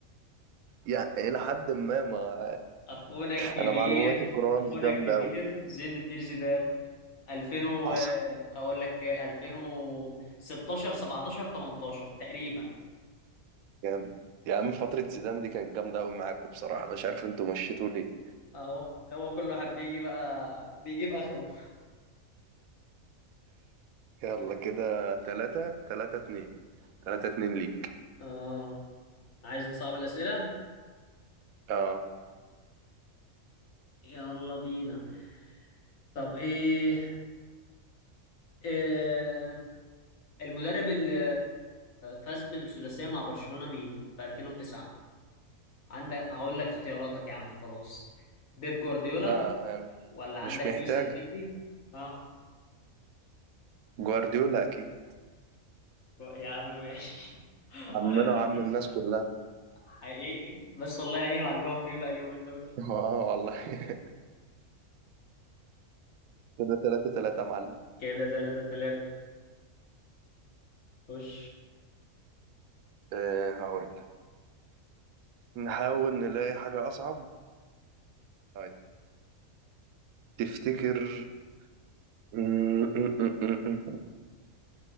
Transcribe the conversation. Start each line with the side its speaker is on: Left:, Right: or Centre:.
Right: يعني إلى حد ما ما
Left: اخونا الكبير
Right: أنا معلوماتي الكروية
Left: اخونا
Right: مش جامدة
Left: الكبير
Right: أوي
Left: زين الدين زيدان 2000 و...
Right: حصل
Left: اقول لك 2016 17 18 تقريبا
Right: يعني يا عم فترة زيدان دي كانت جامدة أوي معاكم بصراحة أنا مش عارف أنتوا مشيتوا ليه
Left: اهو هو كل واحد بيجي بقى بيجيب اخره
Right: يلا كده تلاتة تلاتة اتنين تلاتة اتنين ليك
Left: اه عايز نصعب الاسئله
Right: اه
Left: يلا بينا طب ايه, إيه... المدرب اللي فاز بالسداسيه مع برشلونه مين في 2009 عندك هقول لك اختياراتك يا عم خلاص بيب جوارديولا
Right: لا يعني
Left: ولا
Right: مش
Left: عندك
Right: محتاجة
Left: لويس انريكي اه
Right: جوارديولا أكيد
Left: يا عم ماشي <laughs>
Right: عمنا
Left: ولا
Right: وعم
Left: لويس
Right: الناس كلها
Left: حقيقي بس الله يعينه على اللي هو فيه بقى اليومين دول
Right: <laughs> اه والله <laughs> كده تلاتة تلاتة يا معلم
Left: كده تلاتة تلاتة خش
Right: أه هقول لك. نحاول نلاقي حاجة أصعب طيب تفتكر م- م- م- م- م.